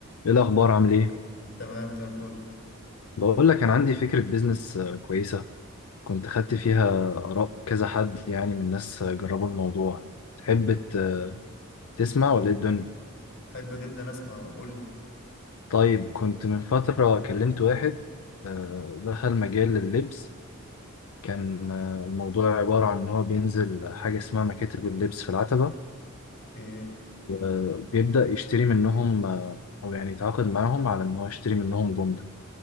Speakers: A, on the left; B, on the left.
A: ايه الاخبار عامل ايه
B: تمام زي الفل
A: بقول لك انا عندي فكره بيزنس آه، كويسه كنت خدت فيها اراء كذا حد يعني من ناس آه، جربوا الموضوع تحب ت- تسمع ولا إيه الدنيا
B: حب جدا اسمع قول لي
A: طيب كنت من فتره كلمت واحد آه، دخل مجال اللبس كان آه، الموضوع عباره عن ان هو بينزل حاجه اسمها مكاتب اللبس في العتبه
B: ايه
A: وبيبدا يشتري منهم آه، او يعني يتعاقد معاهم على ان هو يشتري منهم جمله